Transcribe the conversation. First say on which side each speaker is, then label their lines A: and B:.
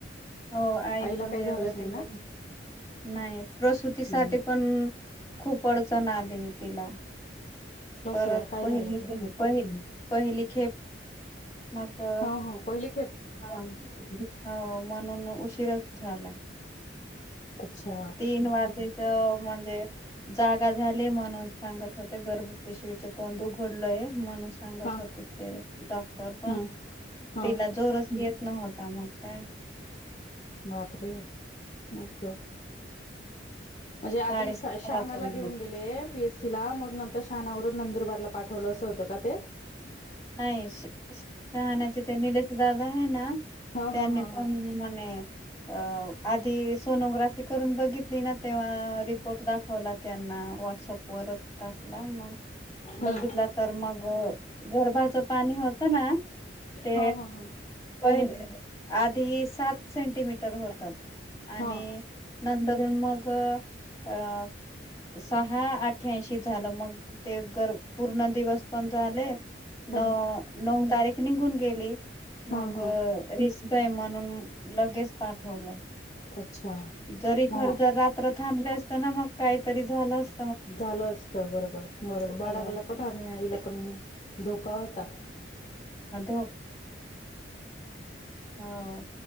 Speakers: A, on the left (about 20°); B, on the left (about 35°).
A: हो आहे
B: आईला
A: पण
B: काही
A: व्यवस्थित
B: झालं नाही ना?
A: नाही प्रसुतीसाठी
B: हम्म
A: पण खूप अडचण आली तिला
B: कसं
A: परत
B: काय
A: पहिली
B: झालं होतं?
A: प पहिली खेप मग
B: हो पहिले
A: ह हो म्हणून उशीरच झालाय
B: अच्छा
A: तीन वाजजेच म्हणजे जागा झाली म्हणून सांगत होते गर्भ पिशवीच तोंड उघडलय म्हणून सांगत
B: हा
A: होते ते डॉक्टर पण
B: हम्म. हा
A: तिला जोरच येत नव्हता मग काय
B: बापरे मगं म्हणजे आधी
A: साडेसात
B: शहाणाला
A: वाजून
B: घेऊन गेले पीएस तिला मग नंतर शहाणावरून नंदुरबारला पाठवलं असं होतं का ते
A: नाही चहाण्याचे ते निलेश दादा आहे ना
B: हो
A: त्यांनी
B: हो हो
A: पण
B: हो
A: म अ आधी सोनोग्राफी करून बघितली ना तेव्हा रिपोर्ट दाखवला त्यांना व्हॉट्सअप वरत टाकला मग
B: हम्म
A: बघितला तर मग गरभचं पाणी होत ना ते
B: हो हो हो
A: पहिले आधी सात सेंटीमीटर होतात आणि
B: हो
A: नंतरून मग अ सहा अठ्याशी झालं मग ते गर पूर्ण दिवस पण झाले
B: हो
A: न नऊ तारीख निघून गेली
B: हो
A: मग
B: हो
A: रिस्क आहे म्हणून लगेच पाठवलं
B: अच्छा
A: जरी इथर
B: मग
A: जर रात्र थांबले असत ना मग काहीतरी झालं अस
B: झालं असत बरोबर बरोबर
A: सगळं
B: बाळाबाला पण आणि आईला
A: ते
B: पण धोकाळता
A: हका हो